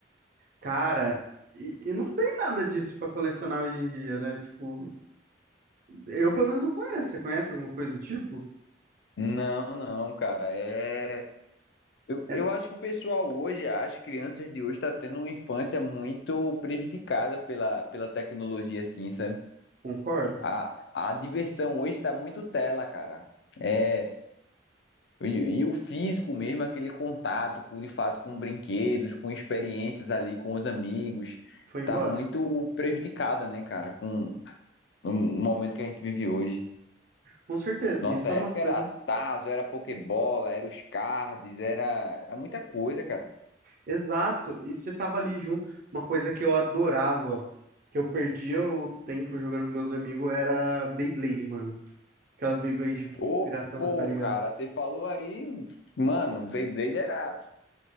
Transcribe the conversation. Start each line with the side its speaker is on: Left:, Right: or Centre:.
Right: Cara, e, e não tem nada disso pra colecionar hoje em dia, né? Tipo, eu pelo menos não conheço. Você conhece alguma coisa do tipo?
Left: Não, não, cara. É. Eu,
Right: É,
Left: eu acho que o pessoal hoje, as crianças de hoje, tá tendo uma infância muito prejudicada pela, pela tecnologia, assim, sabe?
Right: concordo.
Left: A, a diversão hoje tá muito tela, cara. É. E,
Right: E
Left: e o físico mesmo, aquele contato, com, de fato, com brinquedos, com experiências ali, com os amigos,
Right: foi embora.
Left: tá muito prejudicada, né, cara? Com no momento que a gente vive hoje.
Right: Com certeza.
Left: Nossa
Right: Isso
Left: época
Right: é uma coisa.
Left: era Tazo, era Pokébola, era os cards, era, era muita coisa, cara.
Right: Exato. E você tava ali junto. Uma coisa que eu adorava, que eu perdia o tempo jogando com meus amigos, era Beyblade, mano. Aquelas Beyblade
Left: Ô,
Right: piratona,
Left: pô,
Right: tá ligado?
Left: cara, você falou aí, mano, Beyblade era.